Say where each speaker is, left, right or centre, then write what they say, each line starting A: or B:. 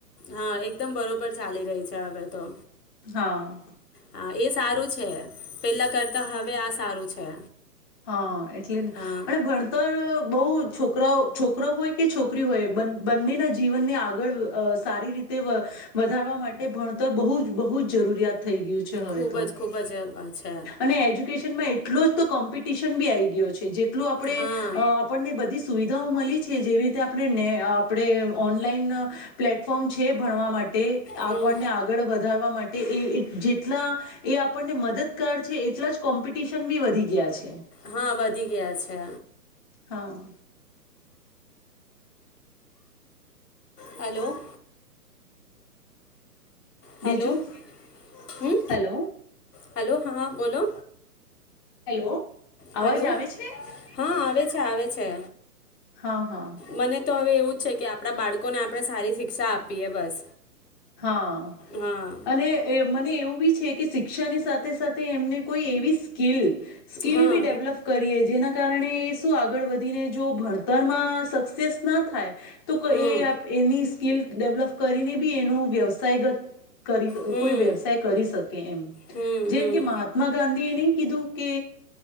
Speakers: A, on the left; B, on the left.
A: હા એકદમ બરોબર ચાલી રહી છે હવે તો.
B: હા.
A: હા એ સારું છે. પેલા કરતા હવે આ સારું છે.
B: હા. એટલેને
A: હા
B: અને ભણતર બહુ છોકરાઓ છોકરો હોય કે છોકરી હોય બંનેના જીવનને આગળ સારી રીતે અવધારવા માટે એ ભણતર બહુ જ બહુ જ જરૂરિયાત થઈ ગયું છે હવે
A: ખૂબ
B: તો
A: જ ખૂબ જ છે
B: અને એજ્યુકેશન માં <unintelligible> કોમ આઈ ગયો છે જેટલું આપણે
A: હા
B: આપણને બધી સુવિધાઓ મલી છે કે જેવી રીતે આપણે ને આપણે અ ઓનલાઈન પ્લેટફોર્મ છે ભણવા માટે
A: હમ
B: આપણને આગળ વધારવા માટે એ જેટલા એ આપણને મદદગાર છે એટલા જ કોમ્પિટિશન બી વધી ગયા છે
A: હા, વધી ગયા છે
B: હા
A: હલો હલો
B: બીજું
A: હમ
B: હલો
A: હલો હા બોલો
B: હેલો
A: હલો
B: અવાજ આવે છે
A: હા આવે છે આવે છે
B: હા હા
A: મને તો હવે એવું છે કે આપણા બાળકોને આપણે સારી શિક્ષા આપીએ બસ.
B: હા
A: હા
B: અને મને એવું છે કે શિક્ષાની સાથે સાથે એમને કોઈ એવી સ્કીિલ સ્કીલ
A: હા
B: બી ડેવલપ કરીએ જેના કારણે શું આગળ વધીને જો ભણતરમાં સક્સેસ ના થાય તો
A: હમ
B: એ એની સ્કિલ ડેવલપ કરીને બી એનું વ્યવસાયગત કરી
A: હમ
B: કોઈ વ્યવસાય કરી શકે એમ
A: હમ
B: જેમ
A: હમ
B: કે મહાત્મા ગાંધી નહી કીધું કે